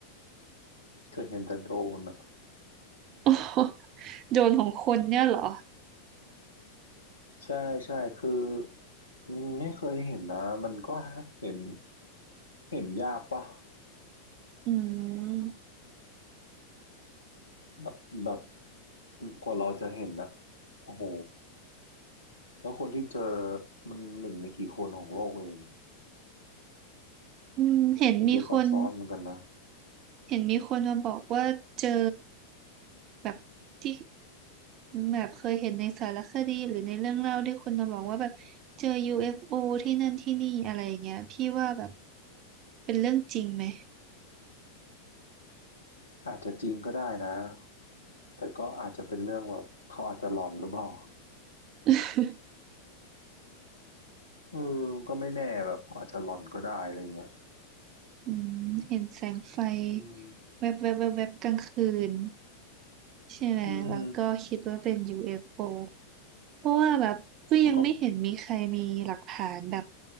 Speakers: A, on the left; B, on the right.
A: เคยเห็นแต่โดนอะ
B: โอ้โห <laughs> โดรนของคนเนี่ยเหรอ
A: ใช่ใช่คืออืมไม่เคยเห็นนะ มันก็เห็นเห็นยากปะ
B: อืม
A: แบบแบบกว่าเราจะเห็นอะโอ้โหแล้วคนที่เจอมันหนึ่งในกี่คนของโลกเอง
B: อืมเห็นมีคน
A: มันดูซับซ้อนเหมือนกันนะ
B: เห็นมีคนมาบอกว่าเจอแบบที่แบบเคยเห็นในสารคดีหรือในเรื่องเล่าที่คนมาบอกว่าแบบเจอ UFO ที่นั่นที่นี่อะไรอย่างเงี้ยพี่ว่าแบบเป็นเรื่องจริงไหม
A: อาจจะจริงก็ได้นะแต่ก็อาจจะเป็นเรื่องแบบเขาอาจจะหลอนหรือเปล่า
B: <laughs>
A: เออมันก็ไม่แน่แบบเขาอาจจะหลอนก็ได้อะไรเงี้ย
B: อืมเห็นแสงไฟ
A: อืม
B: แวบแวบแวบแวบกลางคืนใช่ไหม
A: อืม
B: แล้วก็คิดว่าเป็น UFO เอฟโอเพราะว่าแบบก็ยังไม่เห็นมีใครมีหลักฐานแบบ
A: แล้วก็